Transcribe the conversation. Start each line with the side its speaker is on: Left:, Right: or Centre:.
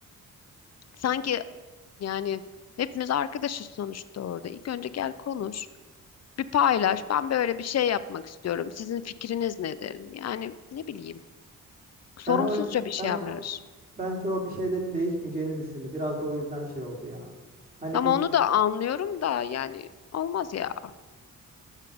Left: Sanki Yani hepimiz arkadaşız sonuçta orada. İlk önce gel konuş. Bir paylaş. Ben böyle bir şey yapmak istiyorum. Sizin fikriniz nedir? Yani ne bileyim. Sorumsuzca
Right: Ben o
Left: bir şey
Right: ben
Left: yapar.
Right: o bence o bir şeylerin değişmeyeceğini düşündü. Biraz da o yüzden şey oldu ya. Hani
Left: Ama
Right: biz
Left: onu da anlıyorum da yani olmaz ya.